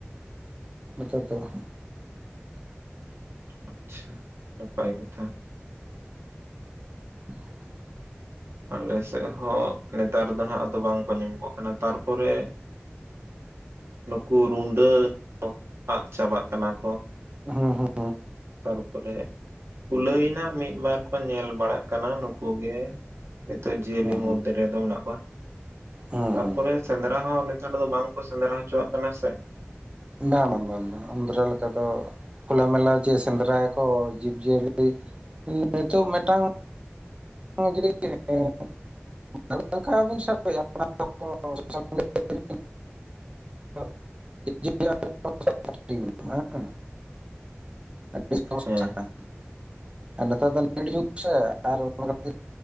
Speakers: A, on the right; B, on the right.
A: ᱱᱮᱛᱟᱨ ᱫᱚ ᱵᱟᱝ ᱾
B: ᱟᱪᱪᱷᱟ, ᱱᱟᱯᱟᱭ ᱠᱟᱛᱷᱟ ᱾
A: <inaudible>
B: ᱟᱞᱮ ᱥᱮᱜ ᱦᱚᱸ ᱱᱮᱛᱟᱨ ᱫᱚ ᱱᱟᱜ ᱟᱫᱚ ᱵᱟᱝᱠᱚ ᱧᱟᱢ ᱠᱚᱜ ᱠᱟᱱᱟ, ᱛᱟᱨᱯᱚᱨᱮ ᱱᱩᱠᱩ ᱨᱩᱰᱟᱹ ᱟᱫ ᱪᱟᱵᱟᱜ ᱠᱟᱱᱟ ᱠᱚ ᱾
A: ᱦᱮᱸ ᱦᱮᱸ ᱾
B: ᱛᱟᱨᱯᱚᱨᱮ ᱠᱩᱞᱟᱹᱭ ᱱᱟᱜ ᱢᱤᱫ ᱵᱟᱨ ᱠᱚ ᱧᱮᱞ ᱵᱟᱲᱟᱜ ᱠᱟᱱᱟ ᱱᱩᱠᱩ ᱜᱮ ᱱᱤᱛᱚᱜ ᱡᱤᱭᱟᱹᱞᱤ
A: ᱦᱩᱸ ᱦᱩᱸ
B: ᱢᱚᱫᱽᱫᱷᱮ ᱨᱮᱫᱚ ᱢᱮᱱᱟᱜ ᱠᱚᱣᱟ ᱾
A: ᱦᱩᱸ
B: ᱛᱟᱨᱯᱚᱨᱮ
A: ᱦᱩᱸ
B: ᱥᱮᱸᱫᱽᱨᱟ ᱦᱚᱸ ᱱᱮᱛᱟᱨ ᱫᱚ ᱵᱟᱝ ᱠᱚ ᱥᱮᱸᱫᱽᱨᱟ ᱦᱚᱪᱚᱣᱟᱜ ᱠᱟᱱᱟ ᱥᱮ ᱾
A: ᱵᱟᱝ ᱵᱟᱝ ᱵᱟᱝ ᱵᱟᱝ, ᱩᱸᱫᱽᱨᱟ ᱞᱮᱠᱟ ᱫᱚ ᱠᱷᱳᱞᱟ ᱢᱮᱞᱟ ᱪᱮ ᱥᱮᱸᱫᱽᱨᱟᱭᱟᱠᱚ ᱡᱤᱵᱽ ᱡᱤᱭᱟᱹᱞᱤ ᱱᱤᱛᱚᱜ ᱢᱤᱫᱴᱟᱝ ᱡᱩᱫᱤ <unintelligible> ᱵᱚᱱ ᱥᱟᱵᱮᱭᱟ <unintelligible>
B: <unintelligible>
A: <unintelligible> ᱦᱮᱸ ᱾ ᱟᱹᱰᱤ <unintelligible>
B: ᱦᱮᱸ
A: ᱟᱨ ᱱᱮᱛᱟᱨ ᱫᱚ ᱱᱮᱛ ᱡᱩᱜ ᱥᱮ ᱟᱨ ᱚᱱᱟ ᱠᱷᱟᱹᱛᱤᱨ